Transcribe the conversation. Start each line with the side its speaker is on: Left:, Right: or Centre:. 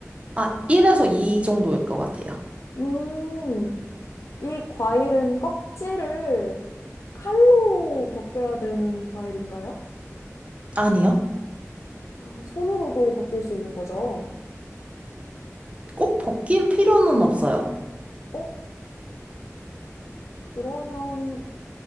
Right: 아, 1에서 2 정도일 것 같아요.
Left: 음, 이 과일은 껍질을 칼로 벗겨야 되는 과일인가요?
Right: 아니요.
Left: 아, 손으로도 벗길 수 있는 거죠.
Right: 꼭 벗길 필요는 없어요.
Left: 어, 그러면